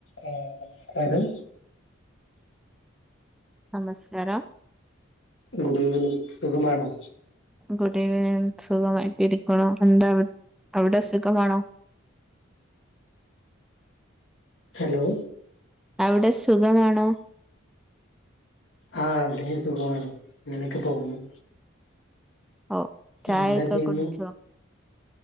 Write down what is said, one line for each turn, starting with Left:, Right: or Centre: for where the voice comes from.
Left: ആ നമസ്കാരം
Centre: നമസ്കാരം
Left: ഗുഡ് ഈവനിംഗ് സുഖമാണോ
Centre: ഗുഡ് ഇവനിംഗ് സുഖമായിട്ടിരിക്കാണു എന്താ അവി അവിടെ സുഖമാണോ
Left: ഹലോ
Centre: അവിടെ സുഖമാണോ
Left: ആ ഇവിടെ സുഖമാണ് ഇങ്ങനെഒക്കെ പോകുന്നു
Centre: ഓ ചായ
Left: എന്താ
Centre: ഒക്കെ
Left: ചെയ്യുന്നു
Centre: കുടിച്ചോ